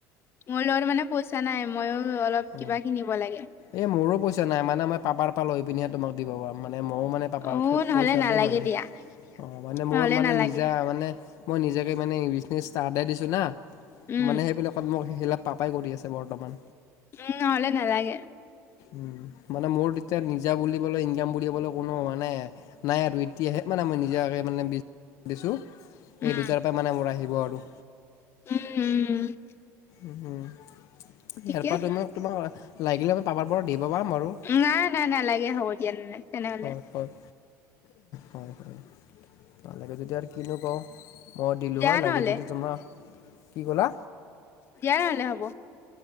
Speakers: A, on the left; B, on the left.
A: মোৰ লগত মানে পইচা নাই মইও অলপ কিবা
B: অ
A: কিনিব লাগে।
B: এই মোৰো পইচা নাই মানে মই পাপাৰ পৰা লৈ পিনিহে তোমাক দিব পাৰ মানে মইও মানে পাপাৰ
A: অ', নহ'লে
B: পইচা
A: নালাগে
B: দেই মানে
A: দিয়া,
B: অঁ মানে
A: নহ'লে
B: মোৰ মানে
A: নালাগে।
B: নিজা মানে মই নিজাকে মানে বিজনেছ এ আদায় দিছোঁ না
A: উম,
B: মানে সেইবিলাকত মোক হিলাপ পাপাই কৰি আছে বৰ্তমান
A: উম হলে নালাগে।
B: উ মানে মোৰ তেতিয়া নিজা বুলিবলৈ ইনকাম বুলিবলৈ কোনো মানে নাই আৰু এতিয়াহে মানে মই নিজাকে মানে দিছোঁ
A: উম,
B: এই দুটাৰ পৰা মানে মোৰ আহিব আৰু
A: উম উম
B: উ ইয়াৰ
A: ঠিকে
B: পৰা
A: আছে।
B: মোৰ তোমাক লাগিলে আমি পাপৰ পৰা দিব পাম আৰু
A: নাই নাই নাই নালাগে হ'ব দিয়া নাই তেনেহ'লে
B: হয়, হয়, হয় হয় পালেগে যেতিয়া কিনো কওঁ মই দিলোঁ
A: দিয়া
B: হয় লাগে
A: নহ'লে।
B: যদি তোমাৰ কি ক'লা
A: দিয়া নহলে হ'ব